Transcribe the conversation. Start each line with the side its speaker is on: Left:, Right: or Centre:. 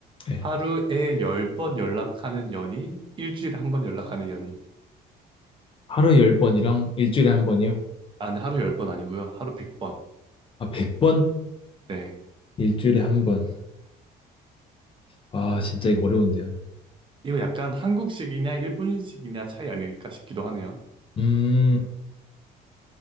Left: 네.
Right: 하루에 열 번 연락하는 연인, 일주일에 한번 연락하는 연인.
Left: 하루에 열 번이랑 일주일에 한 번이요?
Right: 아, 근데 하루 열 번 아니고요. 하루 백 번.
Left: 아, 100번?
Right: 네.
Left: 일주일에 한 번. 아, 진짜 이거 어려운데요.
Right: 이거 약간 한국식이냐, 일본식이냐 차이 아닐까 싶기도 하네요.
Left: 음.